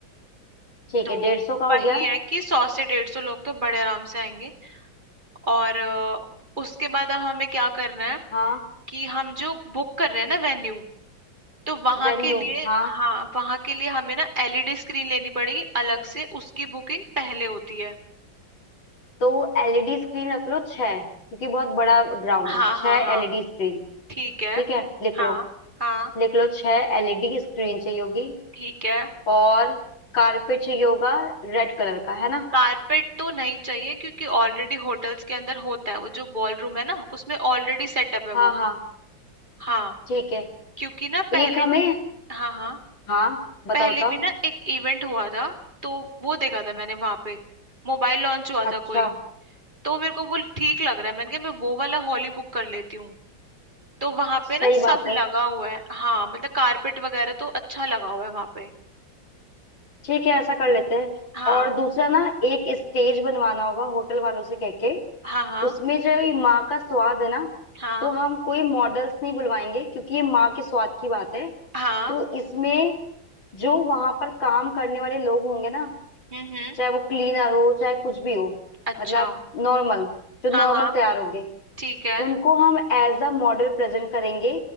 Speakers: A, on the left; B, on the right.
A: ठीक
B: तो
A: है डेढ़ सौ का हो
B: वही
A: गया
B: है कि सौ से डेढ़ सौ लोग तो बड़े आराम से आएंगे और अ, उसके बाद अब हमें क्या करना है
A: हाँ
B: कि हम जो बुक कर रहे हैं ना वेन्यू तो वहां
A: वेन्यू
B: के लिए
A: हाँ
B: हाँ वहां के लिए हमें ना एलईडी स्क्रीन लेनी पड़ेगी अलग से उसकी बुकिंग पहले होती है
A: तो एलईडी स्क्रीन रख लो छह क्योंकि बहुत बड़ा ग्राउंड
B: हाँ
A: है छह
B: हाँ हाँ
A: एलईडी स्क्रीन
B: ठीक है
A: ठीक है लिख
B: हाँ
A: लो
B: हाँ
A: लिख लो छह एलईडी स्क्रीन चाहिए होगी
B: ठीक है
A: और कारपेट चाहिए होगा रेड कलर का है ना
B: कारपेट तो नहीं चाहिए क्योंकि ऑलरेडी होटल्स के अंदर होता है वो जो बॉल रूम है ना उसमें ऑलरेडी सेटअप है
A: हाँ
B: वो
A: हाँ
B: हाँ
A: ठीक है
B: क्योंकि ना पहले
A: एक हमें
B: भी हाँ हाँ
A: हाँ बताओ
B: पहले
A: बताओ
B: भी ना एक इवेंट हुआ था तो वो देखा था मैंने वहां पे मोबाइल लॉन्च हुआ
A: अच्छा
B: था कोई तो मेरे को वो ठीक लग रहा है मैंने कहा मैं वो वाला हॉल ही बुक कर लेती हूँ तो वहां
A: सही
B: पे ना सब
A: बात है
B: लगा हुआ है हाँ मतलब कारपेट वगैरह तो अच्छा लगा हुआ है वहां पे
A: ठीक है ऐसा कर लेते हैं
B: हाँ
A: और दूसरा ना एक स्टेज बनवाना होगा होटल वालों से कह के
B: हाँ हाँ
A: उसमें जो ये माँ का स्वाद है ना
B: हाँ
A: तो हम कोई मॉडल्स नहीं बुलवाएंगे क्योंकि ये माँ के स्वाद की बात है
B: हाँ
A: तो इसमें जो वहां पर काम करने वाले लोग होंगे ना
B: हम्म हम्म
A: चाहे वो क्लीनर हो चाहे कुछ भी हो
B: अच्छा
A: मतलब नॉर्मल जो
B: हाँ
A: नॉर्मल
B: हाँ
A: तैयार होंगे
B: ठीक है
A: उनको हम एज अ मॉडल प्रेजेंट करेंगे